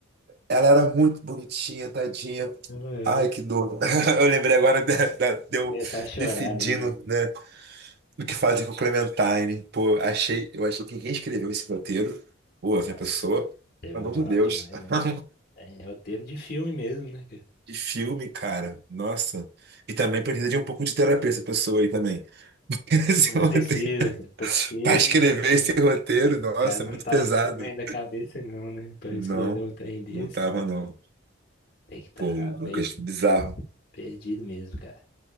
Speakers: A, on the right; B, on the left.
A: ela era muito bonitinha, tadinha.
B: ela era.
A: Ai, que dor. <laughs> Eu lembrei agora da, da- de
B: Vou
A: eu
B: começar a chorar
A: decidindo,
B: aí.
A: né, o que fazer com Clementine. Pô, achei, eu achei que quem escreveu esse roteiro, pô, essa
B: Nossa,
A: pessoa,
B: teve
A: pelo
B: a moral
A: amor de Deus.
B: demais, né,
A: <laughs>
B: cara? É roteiro de filme mesmo, né, cara?
A: Que filme, cara. Nossa. E também precisa de um pouco de terapia essa pessoa aí também. <laughs> Esse
B: Mas
A: roteiro.
B: precisa, cara, porque
A: <laughs> Pra escrever
B: o
A: esse roteiro, nossa,
B: cara não
A: muito
B: tava
A: pesado.
B: muito bem da cabeça, não, né? Pra
A: Não,
B: escrever um trem desse,
A: não tava não.
B: tem que estar
A: Pô, Lucas,
B: meio
A: bizarro.
B: perdido mesmo, cara.